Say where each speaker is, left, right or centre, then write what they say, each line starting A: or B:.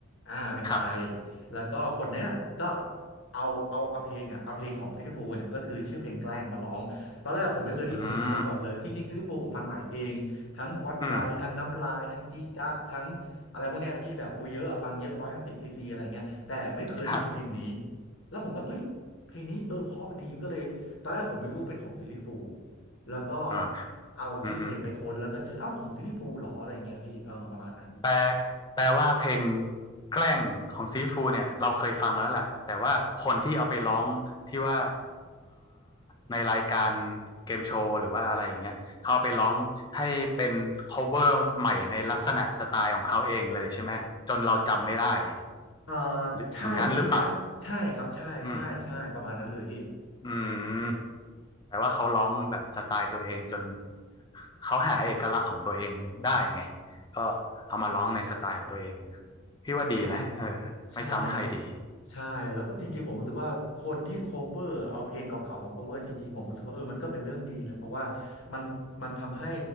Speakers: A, on the left; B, on the left.
A: อ่าเป็นใคร
B: ครับ
A: แล้วก็คนเนี้ยก็เอาเอาเอาเพลงอ่ะเอาเพลงของซิลลี่ฟูลส์เนี่ยก็คือชื่อเพลงแกล้งมาร้องตอนแรกผมไม่เคยได้ยินเพลงนี้มาก่อนเลยจริงๆซิลลี่ฟูลส์ผมฟังหลายเพลงทั้งวัดใจทั้งน้ำลายทั้งจี้จ๊ะทั้งอะไรพวกเนี้ยพี่แบบโอ้เยอะอะฟังเยอะร้อยห้าสิบซีซีอะไรเงี้ยแต่ไม่เคยได้ยินเพลงนี้
B: อืมอืมครับ
A: แล้วผมก็เอ้ยเพลงนี้เออเพราะดีก็เลย ตอนแรกผมไม่รู้เป็นของซิลลี่ฟูลส์แล้วก็
B: อ่า
A: เอาชื่อเพลงไปค้นแล้วก็เจออ้าวของซิลลี่ฟูลส์เหรออะไรเงี้ยพี่เออประมาณนั้น
B: อืม แปลแปลว่าเพลงแกล้งของซีฟูเนี่ยเราเคยฟังแล้วแหละแต่ว่าคนที่เอาไปร้องที่ว่าในรายการเกมโชว์หรือว่าอะไรอย่างเงี้ยเขาเอาไปร้องให้เป็นคฟเวอร์ใหม่ในลักษณะสไตล์ของเขาเองเลยใช่ไหมจนเราจำไม่ได้
A: เออ
B: หรืออย่างนั้นหรือเปล่า
A: ใช่พี่ใช่ใช่ครับใช่ใช่ใช่ประมาณนั้นเลยพี่
B: อืมอืม แต่ว่าเขาร้องแบบสไตล์ตัวเองจนเขาหาเอกลักษณ์ของตัวเองได้ไงก็เอามาร้องในสไตล์ของตัวเองพี่ว่าดีนะเออไม่ซ้ำใครดี
A: ใช่ใช่ใช่แล้วก็จริงๆผมรู้สึกว่าคนที่ cover เอาเพลงเก่าๆมา cover จริงๆผมรู้สึกว่าเออมันก็เป็นเรื่องดีนะเพราะว่ามันมันทำให้